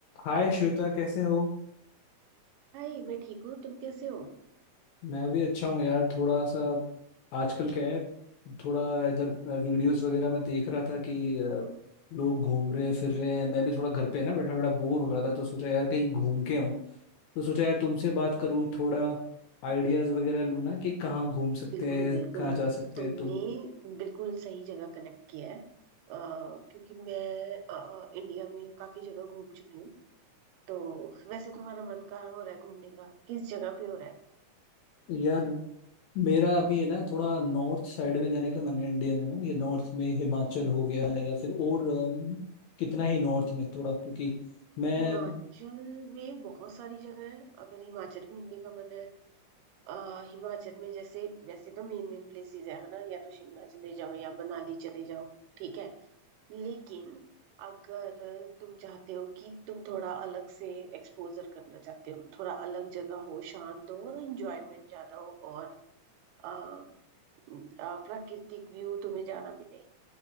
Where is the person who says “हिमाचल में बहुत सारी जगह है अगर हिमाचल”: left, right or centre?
Right